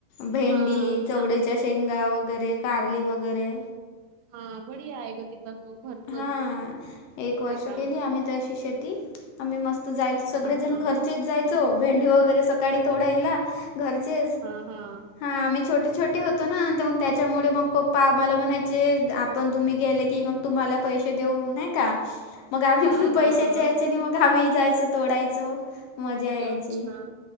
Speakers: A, on the left; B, on the right.
A: भेंडी
B: हा
A: चवळीच्या.
B: चा
A: शेंगा वगैरे कारली वगैरे.
B: हा बडिया आहे ग. ते तर मग घरचच
A: हा एक
B: नाही
A: वर्ष
B: का
A: केली आम्ही त अशी शेती. आम्ही मस्त जायचो सगळेजण
B: हा हा
A: घरचेच जायचो भेंडी वगैरे सकाळी तोडायला. घरचेच
B: हा हा
A: हा आम्ही. छोटे छोटे होतो न मग त्याच्यामुळे मग पप्पा मला म्हणायचे आपण तुम्ही गेले. की मग तुम्हाला पैसे देऊ नाहिका मग आम्ही
B: हा
A: पण पैशाच्या
B: हा हा
A: याच्या ने मग. आम्ही जायचो तोडायचो. मजा यायची.
B: अच्छा